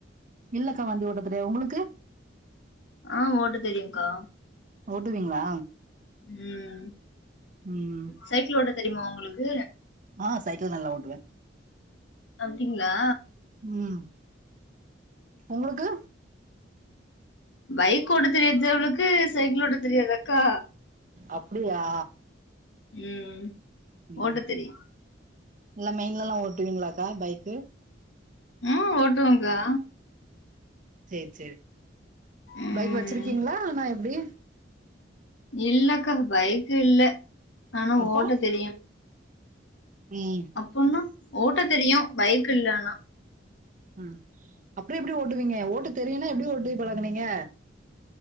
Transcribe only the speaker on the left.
ஆ ஓட்ட தெரியுங்க்கா
ம்
சைக்கிள் ஓட்ட தெரியுமா உங்கள்க்கு
அப்டிங்ளா
பைக் ஓட்ட தெரிஞ்சவளுக்கு சைக்கிளோ ஓட்ட தெரியாதாக்கா
ம்
ஓட்ட தெரியு
ஆ ஓட்டுவங்க்கா
ம்
இல்லக்கா பைக்கு இல்ல ஆனா
ஓட்ட தெரியு
அப் போம்மா ஓட்ட தெரியு பைக் இல்ல ஆனா